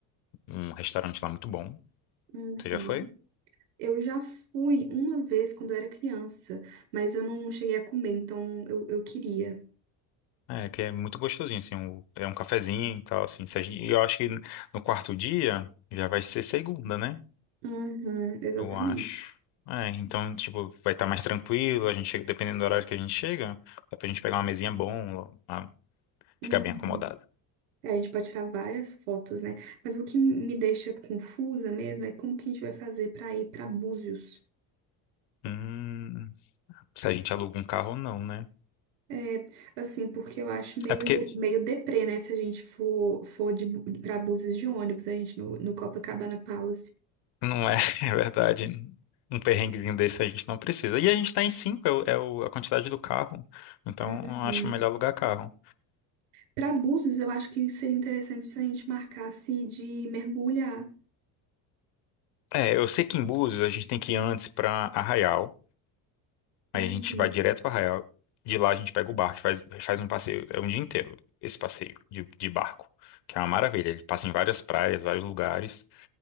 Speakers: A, on the left; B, on the right.
A: um restaurante lá muito bom.
B: Uhum.
A: Você já foi?
B: Eu já fui uma vez quando eu era criança, mas eu não cheguei a comer, então eu, eu queria.
A: É, que é muito gostosinho, assim, um- é um cafezinho e tal, assim. se a gente- E eu acho que no quarto dia já vai ser segunda, né?
B: Uhum, exatamente.
A: Eu acho. É, então, tipo, vai estar mais tranquilo, a gente chega- dependendo do horário que a gente chega, dá pra gente pegar uma mesinha bom, lá,
B: Uhum.
A: ficar bem acomodado.
B: É, a gente pode tirar várias fotos, né? Mas o que me deixa confusa mesmo é como que a gente vai fazer pra ir pra Búzios.
A: Hum, se a gente aluga um carro, não, né?
B: É, assim, porque eu acho meio,
A: É porque
B: meio deprê, né? Se a gente for, for de, Bu- pra Búzios de ônibus, a gente no, no Copacabana Palace.
A: Não é, <laughs> é verdade. Um perrenguezinho desse a gente não precisa. E a gente tá em cinco, é, o, é o- a quantidade do carro. Então,
B: Uhum.
A: eu acho melhor alugar carro.
B: Para búzios, eu acho que seria interessante se a gente marcasse de mergulhar.
A: É, eu sei que em Búzios a gente tem que ir antes pra Arraial. Aí
B: Uhum,
A: a gente vai direto pra Arraial. De lá a gente pega o barco, faz, faz um passeio. É um dia inteiro esse passeio de, de barco, que é uma maravilha. Ele passa em várias praias, vários lugares.